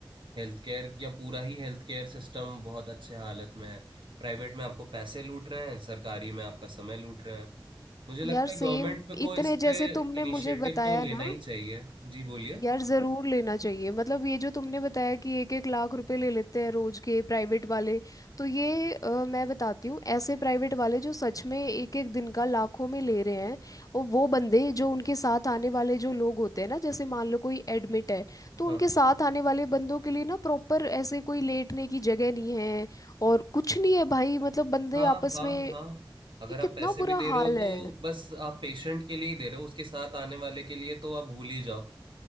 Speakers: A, on the right; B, on the left.
A: हेल्थ केयर या पूरा ही हेल्थ केयर सिस्टम बहुत अच्छे हालत में है प्राइवेट में आपको पैसे लूट रहे हैं सरकारी में आपका समय लूट रहे हैं मुझे लगता
B: यार सेम
A: है गवर्नमेंट पे को
B: इतने
A: इस
B: जैसे
A: पे
B: तुमने
A: इनिशिएटिव
B: मुझे बताया
A: तो लेना
B: ना
A: ही चाहिए जी बोलिए
B: यार ज़रूर लेना चाहिए मतलब ये जो तुमने बताया कि एक एक लाख रुपए ले लेते हैं रोज के प्राइवेट वाले तो ये अ, मैं बताती हूँ ऐसे प्राइवेट वाले जो सच में एक एक दिन का लाखों में ले रहे हैं और वो बंदे जो उनके साथ आने वाले जो लोग होते हैं ना जैसे मान लो कोई एडमिट है तो
A: हाँ
B: उनके साथ आने वाले बंदों के लिए ना प्रॉपर ऐसे कोई लेटने की जगह नहीं है और कुछ नहीं है भाई मतलब बंदे
A: हाँ
B: आपस
A: हाँ
B: में ये
A: हाँ अगर आप
B: कितना
A: पैसे
B: बुरा
A: भी दे रहे
B: हाल
A: हो तो
B: है
A: बस आप पेशेंट के लिए ही दे रहे हो उसके साथ आने वाले के लिए तो आप भूल ही जाओ